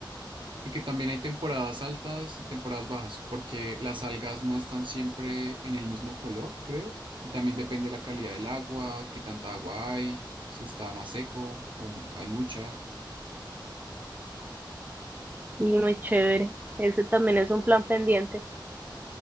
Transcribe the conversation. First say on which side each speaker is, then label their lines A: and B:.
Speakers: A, on the right (about 85°); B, on the right (about 20°).
A: Y que también hay temporadas altas y temporadas bajas, porque las algas no están siempre en el mismo color, creo. Y también depende la calidad del agua, qué tanta agua hay, si está más seco o m- hay mucha.
B: Y muy chévere. Ese también es un plan pendiente.